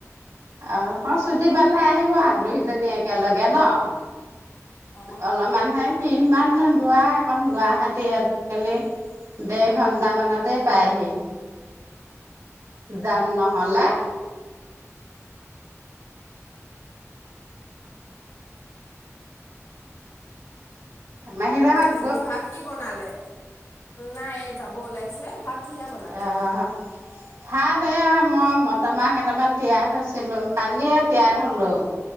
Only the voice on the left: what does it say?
অ
হা
হেৰি ভাত কি বনালে, নাই এই যাব ওলাইছে ভাত কিহে বনালে?